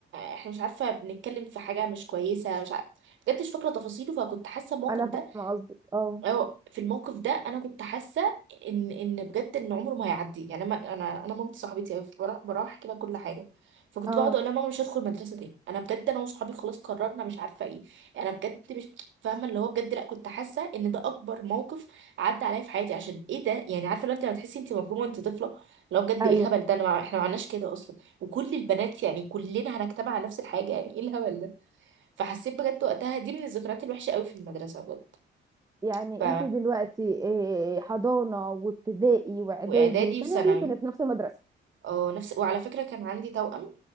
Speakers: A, on the right; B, on the right.
A: احنا مش عارفه بنتكلم في حاجه مش كويسه مش عارفه بجد مش فاكره تفاصيله فكنت حاسه الموقف
B: انا
A: ده
B: فاهمه قصدك اه
A: أو في الموقف ده انا كنت حاسه ان ان بجد ان عمره ما هيعدي يعني انا انا انا مامتي صاحبتي قوي بروح بروح أحكي لها كل حاجه فكنت
B: اه
A: بقعد اقول لها ماما مش هدخل مدرسه تاني انا بجد انا وصحابي خلاص قررنا مش عارفه ايه انا بجد مش فاهمه اللي هو بجد لا كنت حاسه ان ده اكبر موقف عدى عليا في حياتي عشان ايه ده يعني عارفه لو انت لما تحسي انت مظلومه وانت طفله لو بجد
B: ايوه
A: ايه الهبل ده انا مع... احنا ما عملناش كده اصلا وكل البنات يعني كلنا هنجتمع على نفس الحاجه يعني ايه الهبل ده فحسيت بجد وقتها دي من الذكريات الوحشه قوي في المدرسه بجد
B: يعني
A: ف
B: انت دلوقتي إيه حضانه وابتدائي واعدادي
A: واعدادي
B: وثانوي
A: وثانوي
B: كانت في نفس المدرسه
A: اه نفس وعلى فكره كان عندي توأم